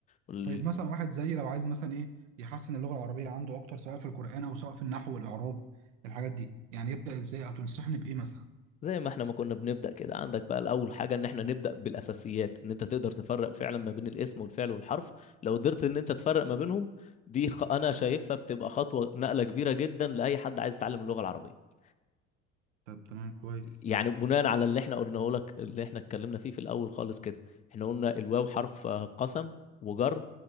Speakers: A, on the left (about 20°); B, on the right (about 80°).
A: وال-
B: طيب مثلا واحد زيي لو عايز مثلا ايه يحسن اللغه العربيه عنده اكتر سواء في القران او سواء في النحو والاعراب الحاجات دي يعني يبدا ازاي او تنصحني بايه مثلا
A: زي ما احنا ما كنا بنبدا كده عندك بقى الاول حاجه ان احنا نبدا بالاساسيات ان انت تقدر تفرق فعلا ما بين الاسم والفعل والحرف لو قدرت ان انت تفرق ما بينهم دي خ... انا شايفها بتبقى خطوه نقله كبيره جدا لاي حد عايز يتعلم اللغه العربيه
B: طب تمام كويس
A: يعني بناء على اللي احنا قلناه لك اللي احنا اتكلمنا فيه في الاول خالص كده احنا قلنا الواو حرف آه، قسم وجر